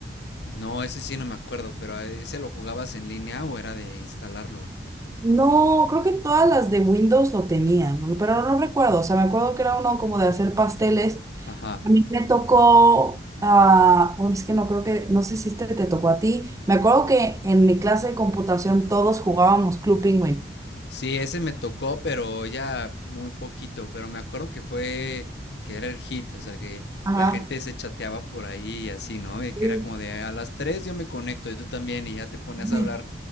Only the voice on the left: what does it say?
No, ese sí no me acuerdo, pero eh, ¿ese lo jugabas en línea o era de instalarlo?
Ajá.
Sí, ese me tocó, pero ya muy poquito, pero me acuerdo que fue, que era el hit, o sea, que
la gente se chateaba por ahí y así, ¿no? Y que
era como de, a las 3 yo me conecto y tú también, y ya te ponías
a hablar